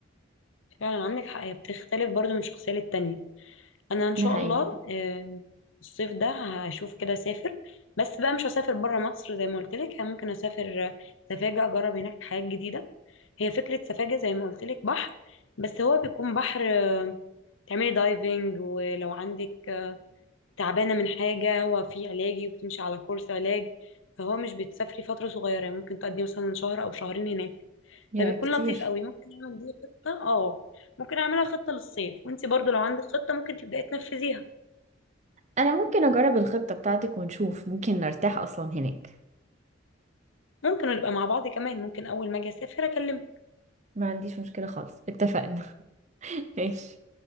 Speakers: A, on the left (about 75°); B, on the right (about 35°).
A: فعلا عندك حق هي بتختلف برضو من شخصية للتانية انا ان شاء
B: ده حقيقي
A: الله آه، الصيف ده هشوف كده اسافر بس بقى مش هسافر بره مصر زي ما قلت لك ممكن اسافر آه، سفاجة اجرب هناك حاجات جديدة هي فكرة سفاجة زي ما قلت لك بحر بس هو بيكون بحر تعملي دايفنج ولو عندك آه، تعبانة من حاجة هو فيه علاجي وبتمشي على كورس علاج فهو مش بتسافري فترة صغيرة يعني ممكن تقضي مثلا شهر او شهرين هناك
B: يا
A: فبيكون
B: كتير
A: لطيف قوي ممكن اعمل دي خطة اه ممكن اعملها خطة للصيف وانت برضو لو عندك خطة ممكن تبداي تنفذيها
B: أنا ممكن أجرب الخطة بتاعتك ونشوف ممكن نرتاح أصلا هناك
A: ممكن نبقى مع بعض كمان ممكن اول ما اجي اسافر اكلمك
B: ما عنديش مشكلة خالص اتفقنا <laughs> ماشي